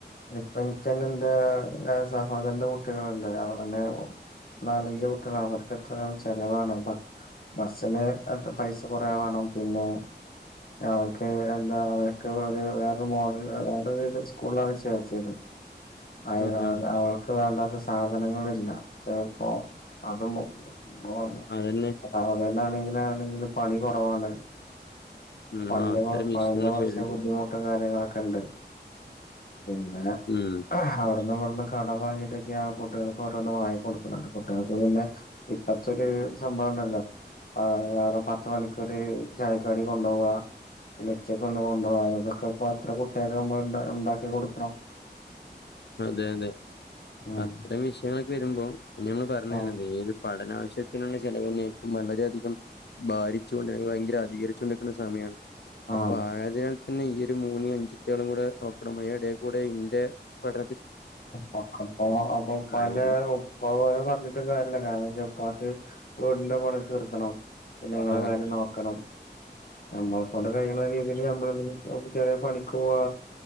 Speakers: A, on the left; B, on the left.
A: ഇപ്പ എനിിക്കെ എന്റെ സഹോദരന്റെ കുട്ടികള്ണ്ട് അവരെന്നെ നാലഞ്ച് കുട്ടികൾ അവർക്ക് എത്ര <inaudible> ചെലവാണ് ബ ബസ്സിന് എത് പൈസ കൊറേ വാണം പിന്നെ അവൻക്ക് എന്താ അവര്ക്ക് ഒരു വേറെ മോഡൽ ഹ് ആ <unintelligible> സ്കൂളിലാണ് ചേർത്തിയത്. അയ്
B: ആ
A: അവള്
B: ആ
A: അവൾക്ക് വേണ്ടാത്ത സാധനങ്ങളില്ല ചെലപ്പോ അതും മു ഗോഡ
B: അതന്നെ
A: സാധനാണെങ്കിലാണെങ്കിലും പണി കൊറവാണ്.
B: ഉം
A: പണിൻ്റെ
B: ആ അത്തരം
A: <unintelligible> പഴെന്റെ
B: വിഷയങ്ങളൊക്കെ
A: കൊറച്ച്
B: വരുന്നുണ്ട്
A: ബുദ്ധിമുട്ടും കാര്യങ്ങളൊക്കെ ഇണ്ട്. പിന്നെ
B: ഉം
A: അവട്ന്നും ഇവട്ന്നൊ കടം വാങ്ങീട്ടെക്കെയാ കുട്ടികൾക്ക് ഓരോന്നും വാങ്ങി കൊടുക്ക്ണത് കുട്ടികൾക്ക് പിന്നെ ഇപ്പത്തൊര് സംഭ ണ്ടല്ലോ ആ വേറെ പത്ത് മണിക്കൊര് ചായക്കടി കൊണ്ടോവാ പിന്നെ ഉച്ചക്ക് ഒന്ന് കൊണ്ടുപോകണം അതന്നൊക്കെ ഇപ്പം എത്ര കുട്ടിയൊക്കെ നമ്മൾ ഉണ്ടാക്കി കൊടുക്കണം
B: അതെ അതെ
A: ഉം
B: അത്തരം വിഷയങ്ങളൊക്കെ വരുമ്പോ ഞമ്മൾ പറഞ്ഞുവരുന്നത്
A: ആഹ്
B: ഈ ഒരു പഠനാവശ്യത്തിനുള്ള ചെിലവന്നെ ഇപ്പം വളരെയധികം ബാരിച്ചൊണ്ടങ്കിൽ ഭയങ്കര അധികരിച്ചൊണ്ടിരിക്കുന്ന സമയമാണ്
A: ആഹ്
B: അപ്പൊ ആയതിനാൽ തന്നെ ഈ ഒരു മൂന്നും അനുഞ്ചത്തിയാളും കൂടെ നോക്കണം അ ഇട കൂടെ ഇന്റെ പഠ
A: അപ്പൊ അപ്പൊ ഉപ്പാന്റെ
B: ആയി
A: ഉപ്പാനെ പറഞ്ഞിട്ട് കാര്യല്ല കാരണം ഇന്റെ ഉപ്പാക്ക് വീടിന്റെ പണി തീർക്കണം പിന്നെ ഞങ്ങള
B: ആഹ്
A: കാര്യം നോക്കണം നമ്മൾ കൊണ്ട് കഴിയുന്ന രീതിയില് നമ്മളെണ്ട് ചെറിയ പണിക്ക് പോവാ